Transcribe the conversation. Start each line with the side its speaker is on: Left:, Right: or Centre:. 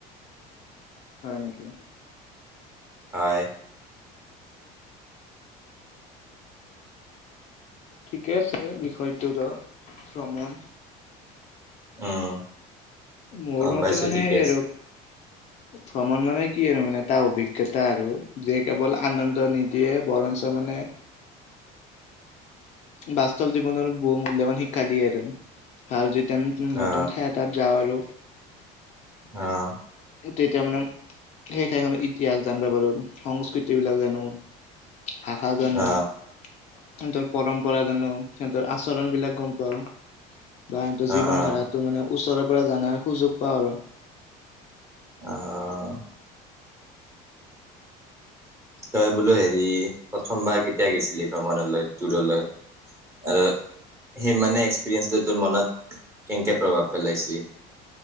Left: হয় নেকি?
Right: হয়।
Left: ঠিকে আছে বিষয়টো ধ ভ্ৰমণ।
Right: অ',
Left: মোৰ মতে,
Right: পাইছো
Left: মানে
Right: ঠিকে
Left: সেই
Right: আছে
Left: আৰু ভ্ৰমণ মানে কি আৰু মানে এটা অভিজ্ঞতা আৰু। যে কেৱল আনন্দ নিদিয়ে বৰঞ্চ মানে বাস্তৱ জীৱনত বহু মূল্যবান শিক্ষা দিয়ে টো
Right: অ
Left: যাওঁ আৰু
Right: আহ।
Left: তেতিয়া মানে সেই ঠাইখনৰ ইতিহাস জানিবা পাৰো, সংস্কৃতি বিলাক জানো। ভাষা জানোন্ত
Right: অ
Left: পৰম্পৰা জানো, সিহতৰ আচৰণ বিলাক গম পাও বা সিহঁতৰ
Right: অ
Left: জীৱন
Right: অ
Left: ধাৰাটো মানে ওচৰৰ পৰা জ জনাৰ সুযোগ পাওঁ আৰু
Right: আহ, তই বোলো হেৰি প্ৰথমবাৰ কেতিয়া গৈছিলি ভ্ৰমণলৈ দূৰলৈ? আৰু সেই মানে এক্সপিৰিয়েঞ্চটো তোৰ মনত কেনেকে প্ৰভাৱ পেলাইছে?